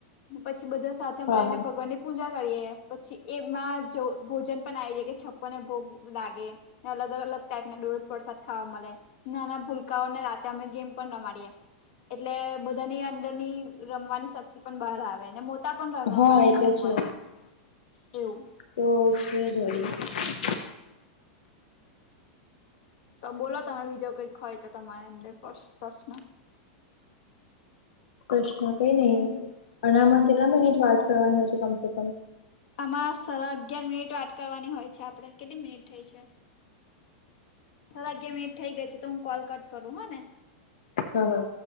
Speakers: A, on the left; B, on the left.
A: પછી બધા. સાથે મળીને
B: હા
A: ભગવાન ની પૂજા કરીએ પછી એમાં જો ભોજન પણ આવી કે છપ્પ. ને ભોગ લાગેને અલગ અલગ ટાઈપના દોડ પ્રસાદ ખાવા મળે. નાના ભૂલકાઓને રાતે અમે ગેમ પણ રમાડીએ એટલે બધાની દ. અંડરની રમવાની શક્તિ પણ બહાર આવે અને મોતાા પણ રમે
B: હા હા
A: અમારે ત્યાં
B: એ તો
A: અમુક
B: છે
A: વાર. એવું.
B: <unintelligible>
A: તો બોલો તમે બીજું કઈક હોય તો તમારી અંદર પ્રશ્ન.
B: પ્રશ્ન કઈ નહી અને આમાં કેટલા મિનટ વાત કરવાની હોય છે કમસે કમ.
A: આમાં સારા અગિયાર મિનિટ વાત કરવાની હોય છે આપડે કેટલી મિનિટ થઈ છે. સાડા અગિયાર મિનિટ થઇ ગઈ છે તો હું કોલ કટ કરું હને.
B: હા હા.